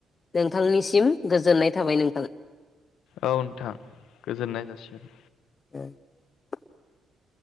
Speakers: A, on the left; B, on the left.
A: दों बिथांनिसिम गोजोननाय जाबाय नोंथां
B: औ नोंथां गोजोननाय जासिगोन।
A: <inaudible>